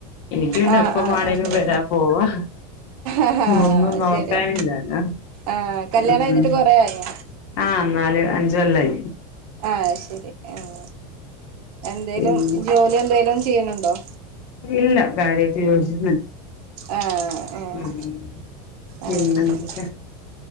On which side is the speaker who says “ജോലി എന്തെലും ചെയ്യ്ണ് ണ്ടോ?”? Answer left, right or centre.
Right